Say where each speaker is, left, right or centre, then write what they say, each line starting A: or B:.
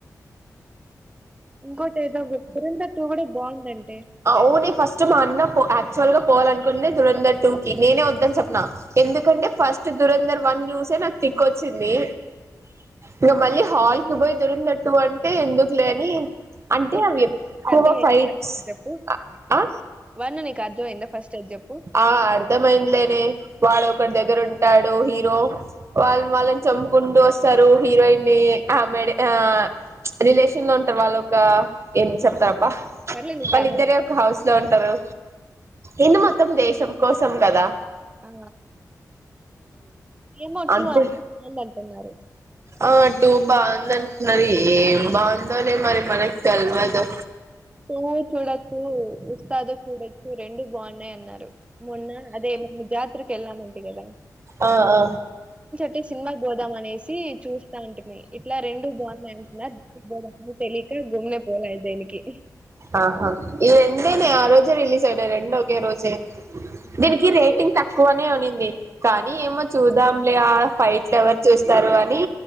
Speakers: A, on the right (about 15°); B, on the right (about 45°).
A: ఇంకోటేదో దురందర్ కూడా బాగుందండి
B: ఊ న ఫస్ట్ మా అన్న ఆక్చువల్గా తకోవాలనుకునే దురంధర్ టూ కి నేనే వద్దని చెప్పన ఎందుకంటే ఫస్ట్ దురంధర్ వన్ చూసే నాకు తిక్కొచ్చింది ఇంక మళ్ళీ హాల్ కి పోయి దురంధర్ టూ అంటే ఎందుకు లేని అంటే
A: నువ్వు
B: అవి ఎక్కువ ఫైట్స్ ఆ
A: బాను నీకు అర్థమంది ఫస్ట్ అది చెప్పు వన్ నీకు అర్థమైందా ఫస్ట్ అది చెప్పు
B: ఆ అర్ధమైందలేనే వాడ ఒకడి దగ్గర ఉం టాడు హీరో వాల్
A: ఆ,
B: వాళని చం కుండు వస్తారు హీరోయిన్ని ని ఆ మేడ ఆ రిలేషన్ లో ఉంటారు వాళ్ళు ఒక చెప్ రబ్బా
A: సర్లే నీకు
B: వాళ్ళు
A: అర్థం
B: ఇద్దరే ఒక హౌస్ లో ఉంటరు ఇన్న మ మొత్తం దేశం కోసం కదా
A: ఆ ఏమట్టు
B: అంతే
A: అంట బాంద అంటున్నారు
B: ఆ అ టూ బాగుంది అంటున్నారు ఏం బాగుందోలే మరి మనకి తెలవదు
A: పోవు చూడొచ్చు ఉస్తాదు చూడొచ్చు రెండు బాగున్నాయి అన్నారు మొన్న అదే జా ఇత్రక ఎల్లా మంటగా ఎలా
B: ఆ ఆ
A: అంటే సినిమా పోదాం అనేసి చూస్తా అంట మీ ఇట్లా రెండు బాగున్నాయి అంటున్నారు తెలియక గుమ్ పోలేయి దేనికి ఇ
B: ఆహా ఇది ఎందేనే ఆ రోజే రిలీస్ అయినా రెండ ఒకఓకే రోజే
A: ఉమ్.
B: దీనికి రేటింగ్ త తక్కువనే ఉనింది కానీ ఏమో చూదాంలే ఆ ఫైట్లు ఎవరు చూస్తారు అని